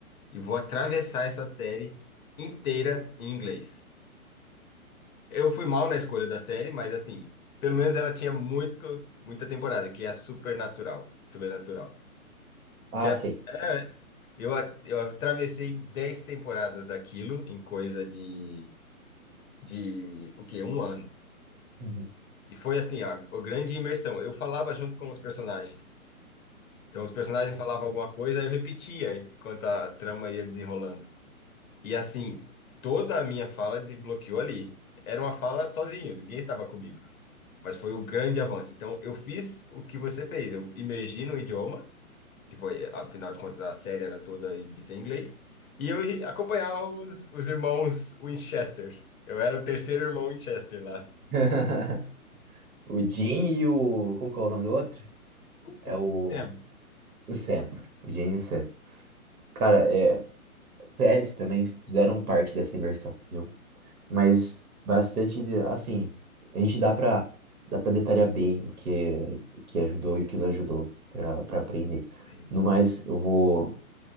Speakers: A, on the left (about 70°); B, on the right (about 75°).
A: e vou atravessar essa série inteira em inglês. Eu fui mal na escolha da série, mas assim, pelo menos ela tinha muito, muita temporada, que é a Supernatural, Supernatural.
B: Ah,
A: Que é,
B: sei.
A: é, eu, a- eu atravessei 10 temporadas daquilo em coisa de, de o quê? Um ano.
B: Uhum.
A: E foi assim, ó, a grande imersão. Eu falava junto com os personagens. Então, os personagens falavam alguma coisa, eu repetia enquanto a trama ia desenrolando. E assim, toda a minha fala desbloqueou ali. Era uma fala sozinho, ninguém estava comigo. Mas foi o grande avanço. Então, eu fiz o que você fez. Eu imergi no idioma, que foi, afinal de contas, a série era toda dita em inglês. E eu acompanhava os, os irmãos Winchester. Eu era o terceiro irmão Winchester lá.
B: <laughs> O Jim e o. Como que é o nome do outro? É
A: Uh,
B: o.
A: Sam.
B: O Sam. O Jim e o Sam. Cara, é, séries também fizeram parte dessa imersão, viu? Mas bastante, assim, a gente dá pra, dá pra detalhar bem o que, o que ajudou e o que não ajudou pra pra aprender.
A: Sim.
B: No mais, eu vou,